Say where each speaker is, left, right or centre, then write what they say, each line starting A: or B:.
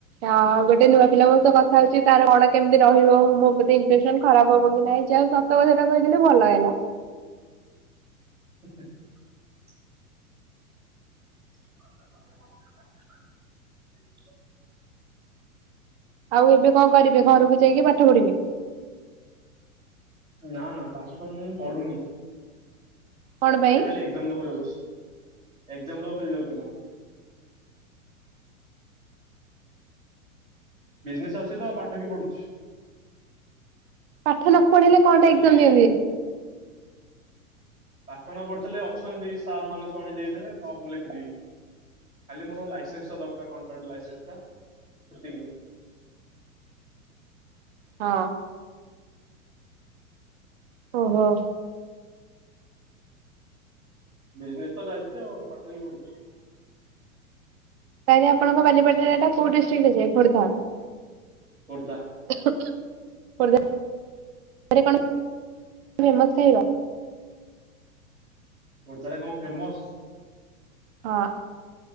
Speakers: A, on the right (about 45°); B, on the right (about 80°).
A: ଆ ଗୋଟେ ନୂଆ ପିଲା ମୋ ସହ କଥା ହଉଚଛି। ତାର କଣ କେମିତି ରହିବ ମୋ ପ୍ରତି ଇମ୍ପ୍ରେସନ ଖରାପ ହବ କି ନାଇଁ? ଯାହାହଉ ସତ କଥା ଟା କହିଦେଲି ଭଲ ହେଲା।
B: ହ <unintelligible> <inaudible>
A: ଆଉ ଏବେ କଣ କରିବେ ଘରକୁ ଯାଇକି ପାଠ ପଢିବେ?
B: ନା ନା ପାଠ ମୁଁ ପଢୁନି।
A: କଣ ପାଇଁ?
B: ମାନେ ଖାଲି ଏ ଗ୍ଜାମ୍ ଦବାକୁ ଯାଉଛି। ଏଗ୍ଜାମ୍ ଦବାକୁ ଖାଲି ଯାଉଛି ମୁଁ। ବିଜନେସ୍ ଅଛି ତ ପାଠ କିିଏ ପଢୁଛି?
A: ପାଠ ନ ପଢିଲେ କଣ ଟା
B: ଖାଲି
A: ଏକ୍ଜାମ ଦିଅନ୍ତିି?
B: ପାଠ ନ ପଢିଥିଲେ, ଅଛନ୍ତି ସାର୍ ମାନେ ସବୁ ଆଣି ଦେଇଦେବେ ତ ମୁଁ ଲେଖିଦେବି। ଖାଲି ମୋର ଲାଇସେନ୍ସ୍ ଟା ଦରକାର, କଣ୍ଟ୍ରାକ୍ଟର ଲସେନ୍ସ୍ ଟା ସେତିକି।
A: ହଁ। ଓହୋ।
B: ବିଜନେସ୍ ତ ଚାଲିଛି ଆଉ। ପାଠ ବି ପଢୁଛି।
A: ତାହଲେ ଆପଣଙ୍କ ବାଲିପାଟଣା ଟା କୋଉ ଡିଷ୍ଟ୍ରିକ୍ଟ ରେ ଯାଏ? ଖୋର୍ଦ୍ଧା?
B: ଖୋର୍ଦ୍ଧା।
A: ଖୋର୍ଦ୍ଧା ରେ କଣ ଫେମସ୍ ଖାଇବା?
B: ଖୋର୍ଦ୍ଧାରେ କଣ ଫେମସ?
A: ହଁ।